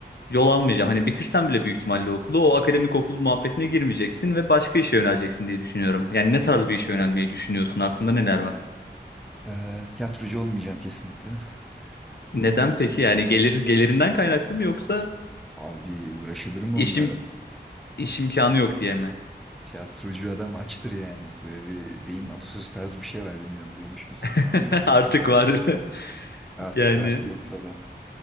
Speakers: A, on the left; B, in the centre.
A: yol almayacağım. Hani bitirsen bile büyük ihtimalle okulu o akademik okul muhabbetine girmeyeceksin ve başka işe yöneleceksin diye düşünüyorum. Yani ne tarz bir işe yönelmeyi
B: Evet.
A: düşünüyorsun? Aklında neler var?
B: Ee, tiyatrocu olmayacağım kesinlikle.
A: Neden
B: O
A: peki? Yani gelir gelirinden kaynaklı mı yoksa
B: abi uğraşılır mı
A: işim
B: onunla
A: iş imkanı yok diye mi?
B: Tiyatrocu adam açtır yani. Böyle bir deyim atasöz tarzı bir şey var bilmiyorum duymuş musundur
A: <laughs>
B: ama
A: Artık var. <laughs>
B: artık
A: Yani
B: artıklar yoksa da